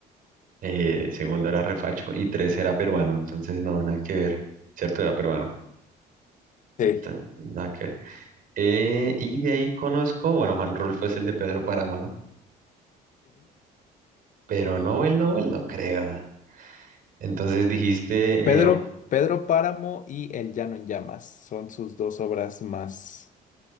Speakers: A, on the right; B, on the left.
A: eh, segundo era refacho y tres era peruano, entonces no, nada que ver, ¿cierto? Era peruano.
B: Sí.
A: Entonces, nada que ver. Eh, y de ahí conozco, bueno, Juan Rulfo es el de Pedro Páramo, ¿no? Pero Nobel, Nobel, no creo. Entonces dijiste,
B: Pedro,
A: eh, ok,
B: Pedro Páramo y El Llano en Llamas son sus dos obras más